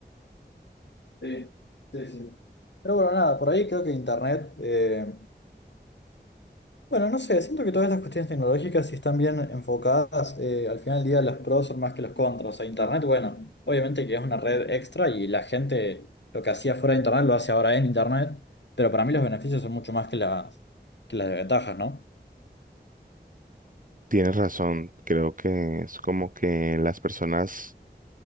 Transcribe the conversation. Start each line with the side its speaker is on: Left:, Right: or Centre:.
Left: Sí, sí, sí. Pero bueno, nada, por ahí creo que Internet, eh, bueno, no sé, siento que todas estas cuestiones tecnológicas, si están bien enfocadas, eh, al final del día los pros son más que los contras. O sea, Internet, bueno, obviamente que es una red extra y la gente lo que hacía fuera de Internet lo hace ahora en Internet, pero para mí los beneficios son mucho más que las, que las desventajas, ¿no?
Right: Tienes razón, creo que es como que las personas